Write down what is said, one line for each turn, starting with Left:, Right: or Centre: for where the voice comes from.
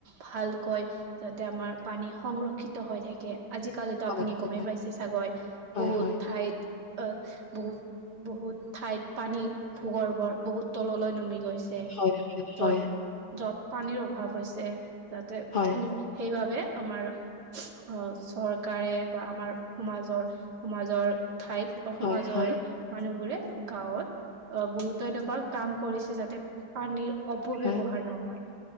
Right: ভালকৈ যাতে আমাৰ পানী সংৰক্ষিত হৈ থাকে। <unintelligible> আজিকালিতো
Left: হয়,
Right: আপুনি
Left: হয়,
Right: গমেই পাইছে চাগৈ
Left: হয়,
Right: বহুত
Left: হয়,
Right: ঠাইত বহুত বহুত ঠাইত পানীৰ ভূগৰ্ভৰ বহুত তললৈ নামি <unintelligible> গৈছে।
Left: হয়,
Right: যত,
Left: হয়,
Right: য'ত পানীৰ অভাৱ হৈছে। যাতে
Left: হয়,
Right: উম' সেইবাবে আমাৰ অ'চৰকাৰে বা আমাৰ সমাজৰ সমাজৰ ঠাইত সমাজৰ
Left: হয়, হয়, হয়,
Right: মানুহবোৰে গাঁৱত অ' বহুতো এনেকুৱা কাম কৰিছে, যাতে পানীৰ অপব্যৱহাৰৰ
Left: হয়,
Right: নহয়।